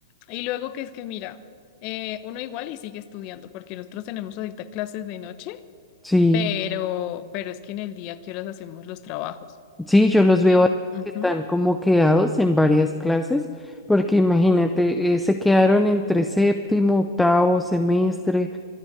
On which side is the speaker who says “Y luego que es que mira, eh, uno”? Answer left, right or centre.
Left